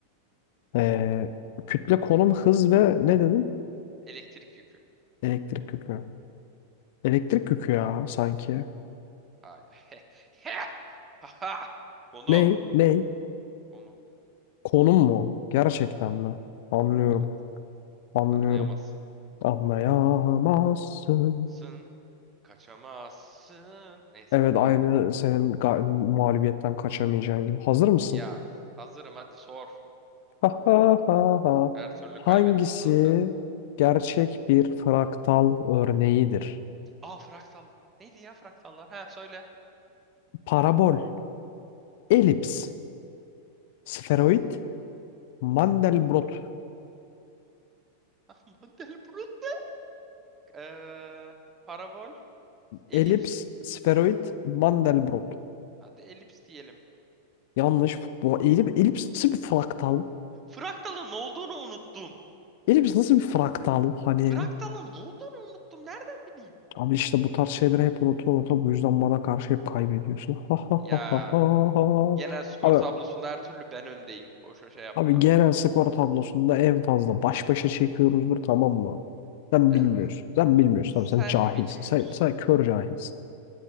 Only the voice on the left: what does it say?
ee, kütle, konum, hız ve ne dedim?
Elektrik yükü. Elektrik yükü ya sanki.
Ne? Ne?
Konum mu? Gerçekten
mi? Anlıyorum.
Anlıyorum.
Anlayamazsın.
Evet aynı senin ga- mağlubiyetten kaçamayacağın gibi. Hazır mısın?
Ha ha ha ha.
Hangisi
gerçek bir fraktal örneğidir?
Parabol, elips, sferoid, Mandelbrot.
Elips, sferoid, Mandelbrot.
Yanlış. Bu elip, elips nasıl bir fraktal?
Elips nasıl bir fraktal? Hani
abi işte bu tarz şeyleri hep unuta unuta bu yüzden bana karşı hep kaybediyorsun. Ha ha
ha ha ha. ha.
Abi,
abi genel skor tablosunda en fazla baş başa çekiyoruzdur tamam mı? Sen
bilmiyorsun.
Sen bilmiyorsun.
Abi sen cahilsin.
Sen, sen kör cahilsin.